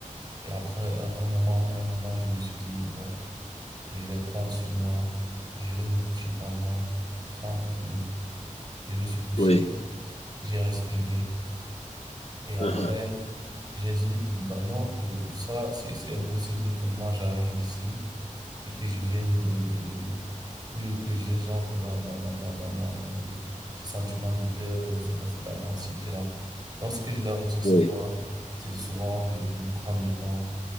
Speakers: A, on the right; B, on the left.
A: Et après un, un moment, à un moment, je me suis dit, bon, Je vais prendre sur moi. Je vais me coucher pendant 30 minutes. Je me suis couché,
B: Oui,
A: j'ai respiré. Et après,
B: Mhm.
A: j'ai dit, bah non, euh, ça, c'est, c'est impossible que moi j'arrive ici et que je vienne, euh, euh, que, que je- j'entre dans, dans, dans, dans, dans, dans, euh, ce sentiment de peur, euh, dans cette anxiété-là. Donc, ce que je leur dis, c'est
B: oui,
A: quoi? C'est de souvent, euh, prendre le temps